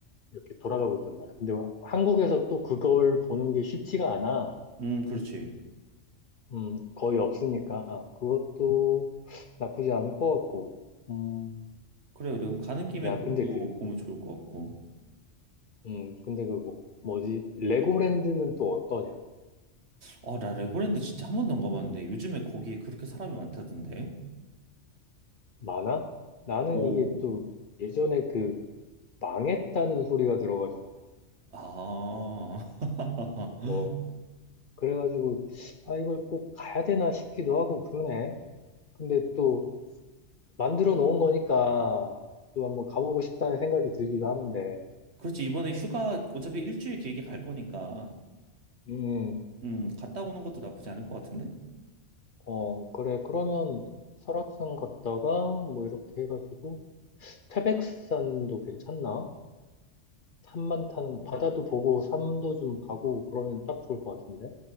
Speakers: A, on the left (about 50°); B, on the right (about 60°).
A: 이렇게 돌아가고 있단 말이야. 근데 한국에서 또 그걸 보는 게 쉽지가 않아.
B: 음, 그렇지.
A: 음, 거의 없으니까 그것도 나쁘지 않을 것 같고. 음,
B: 그래, 그래. 그럼 가는 김에
A: 야,
B: 그것도
A: 근데 그,
B: 보면 좋을 것 같고.
A: 음, 근데 그 뭐, 뭐지? 레고랜드는 또 어떠냐?
B: 아, 나 레고랜드 진짜 한 번도 안 가봤는데 요즘에 거기에 그렇게 사람이 많다던데.
A: 많아? 나는
B: 오,
A: 이게 또 예전에 그 망했다는 소리가 들어가지고
B: 아, <laughs>
A: 뭐 그래가지고 아 이걸 꼭 가야 되나 싶기도 하고 그러네. 근데 또 만들어 놓은 거니까 또 한번 가보고 싶다는 생각이 들기도 하는데,
B: 그렇지. 이번에 휴가 어차피 일주일 길게 갈 거니까,
A: 음, 음.
B: 음, 갔다 오는 것도 나쁘지 않을 것 같은데?
A: 어, 그래. 그러면 설악산 갔다가 뭐 이렇게 해가지고 태백산도 괜찮나? 산만 타는, 바다도 보고 산도 좀 가고 그러면 딱 좋을 것 같은데?